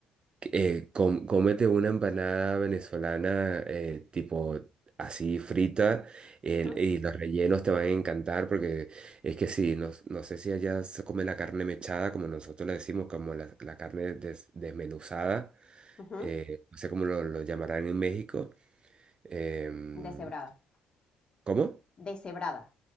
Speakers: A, on the right (about 40°); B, on the left (about 40°).
A: eh, com- cómete una empanada venezolana eh, tipo así frita el-
B: ujú,
A: y los rellenos te van a encantar porque es que sí, no, no sé si allá se come la carne mechada, como nosotros le decimos, como la, la carne des- desmenuzada,
B: ujú.
A: eh, no sé cómo lo, lo llamarán en México. em,
B: Deshebrada.
A: ¿cómo?
B: Deshebrada.